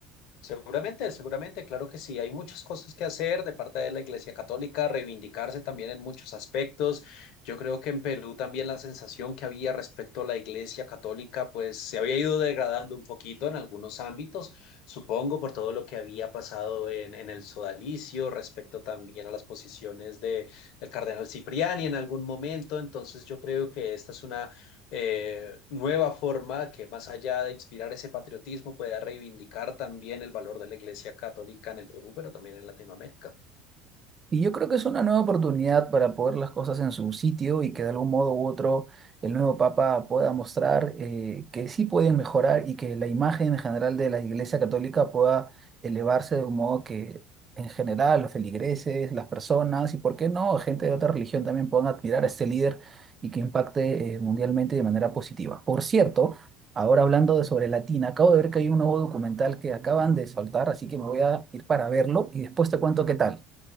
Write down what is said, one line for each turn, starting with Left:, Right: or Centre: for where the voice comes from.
Left: Seguramente, seguramente, claro que sí. Hay muchas cosas que hacer de parte de la Iglesia Católica, reivindicarse también en muchos aspectos. Yo creo que en Perú también la sensación que había respecto a la Iglesia Católica, pues se había ido degradando un poquito en algunos ámbitos, supongo, por todo lo que había pasado en, en el sodalicio, respecto también a las posiciones de, del cardenal Cipriani en algún momento. Entonces, yo creo que esta es una eh, nueva forma que más allá de inspirar ese patriotismo pueda reivindicar también el valor de la Iglesia Católica en el Perú, pero también en Latinoamérica.
Right: Y yo creo que es una nueva oportunidad para poner las cosas en su sitio y que de algún modo u otro el nuevo Papa pueda mostrar eh, que sí pueden mejorar y que la imagen en general de la Iglesia Católica pueda elevarse de un modo que en general los feligreses, las personas y por qué no, gente de otra religión también puedan admirar a este líder y que impacte eh, mundialmente de manera positiva. Por cierto, ahora hablando de sobre Latina, acabo de ver que hay un nuevo documental que acaban de soltar, así que me voy a ir para verlo y después te cuento qué tal.